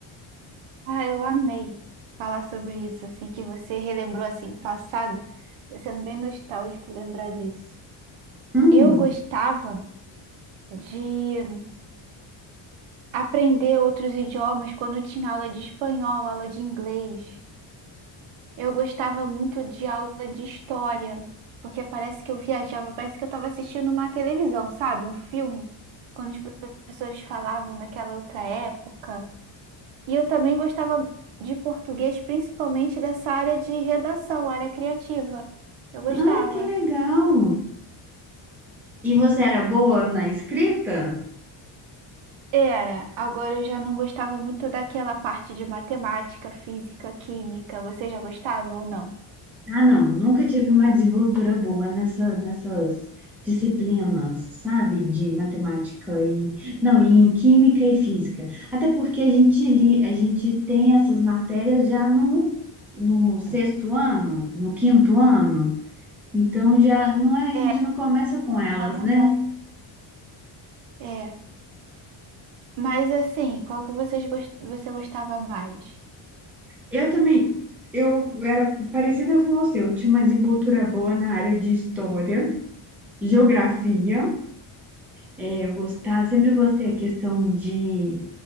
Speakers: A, on the right (about 70°); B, in the centre.
A: ah, eu amei falar sobre isso, assim, que você relembrou, assim, do passado. Tá sendo bem nostálgico lembrar disso.
B: Hum,
A: Eu gostava de aprender outros idiomas quando tinha aula de espanhol, aula de inglês. Eu gostava muito de aula de história, porque parece que eu viajava, parece que eu estava assistindo uma televisão, sabe? Um filme, quando os professores falavam naquela outra época. E eu também gostava de português, principalmente dessa área de redação, área criativa. Eu gostava.
B: ai, que legal! E você era boa na escrita?
A: Era, agora eu já não gostava muito daquela parte de matemática, física, química. Você já gostava ou não?
B: Ah, não, nunca tive uma desenvoltura boa nessa, nessas disciplinas, sabe? De matemática e... Não, e em química e física. Até porque a gente, li, a gente tem essas matérias já no, no sexto ano, no quinto ano. Então, já não é, a gente
A: É,
B: não começa com elas,
A: fundamental.
B: né?
A: É, mas assim, qual que vocês gos- você gostava mais?
B: Eu também, eu era parecida com você. Eu tinha uma desenvoltura boa na área de história, geografia É, eu gostar, sempre gostei a questão de,